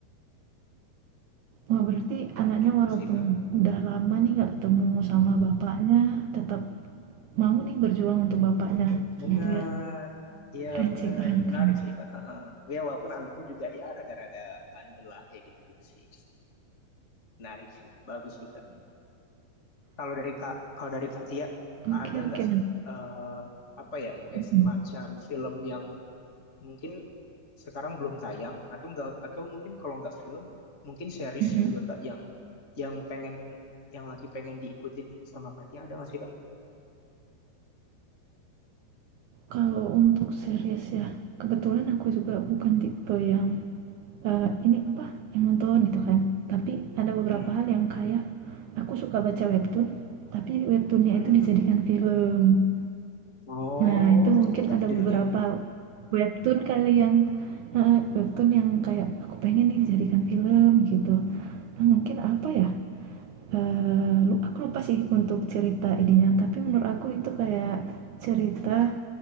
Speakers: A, on the right; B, on the left.
A: Wah, berarti anaknya
B: Gitu
A: walaupun
B: sih Kak.
A: udah lama nih nggak ketemu sama bapaknya, tetap mau nih berjuang untuk bapaknya,
B: Bener.
A: gitu ya?
B: Iya
A: Keren
B: bener,
A: sih, keren
B: menarik
A: keren.
B: sih Kak. Heeh. Ya walaupun anaknya juga ya rada-rada bandel lah kayak gitu-gitu sih. Menarik sih, bagus sih Kak. Kalau dari Kak, kalau dari Kak Tia, ada
A: Oke
B: nggak
A: oke,
B: sih eh apa ya kayak
A: Mhm
B: semacam film yang mungkin sekarang belum tayang atau enggak atau mungkin kalau nggak film mungkin series
A: mhm.
B: juga kak yang yang pengen yang lagi pengen diikuti nih sama Katia ada nggak sih kak?
A: Kalau untuk series ya, kebetulan aku juga bukan tipe yang, eee, ini apa, yang nonton gitu kan. Tapi ada beberapa
B: Hmm.
A: hal yang kayak aku suka baca webtoon, tapi webtoon
B: Hmm.
A: itu dijadikan film.
B: Oh,
A: Nah, itu
B: apa
A: mungkin
B: tuh, kak
A: ada
B: judulnya?
A: beberapa webtoon kali yang heeh, webtoon yang kayak, "Aku pengen nih dijadikan film," gitu. Nah, mungkin apa ya, eee, lu aku lupa sih untuk cerita ininya, tapi menurut aku itu kayak cerita